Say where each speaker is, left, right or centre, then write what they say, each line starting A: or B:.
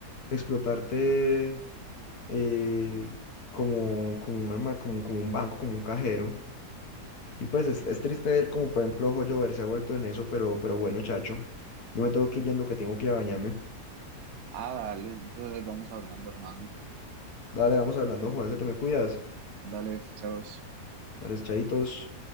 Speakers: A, on the left; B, on the right.
A: explotarte eh, como, como, una, ma- como, como un banco, como un cajero. Y pues es, es triste ver como por ejemplo Joyo Ver se ha vuelto en eso, pero, pero bueno, chacho. Yo me tengo que ir yendo que tengo que ir a bañarme.
B: Ah, dale, entonces vamos hablando, hermano.
A: Dale, vamos hablando, Juan, se te me cuidas.
B: Dale, chao.
A: Dale, chaditos.